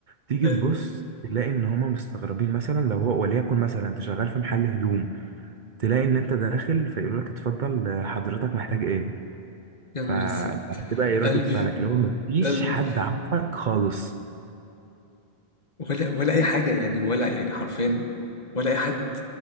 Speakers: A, on the right (about 55°); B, on the left (about 45°).
A: تيجي
B: ايوه
A: تبص تلاقي ان هما مستغربين مثلا لو هو وليكن مثلا انت شغال في محل هدوم تلاقي ان انت داخل فيقول لك اتفضل آه، حضرتك محتاج ايه
B: يا
A: ف-
B: نهار اسود
A: فهتبقى ايه ردة
B: قلبي
A: فعلك اللي هو مفيش
B: قلبي
A: حد عارفك خالص
B: ولا ولا اي حاجه يعني ولا يعني حرفيا ولا اي حد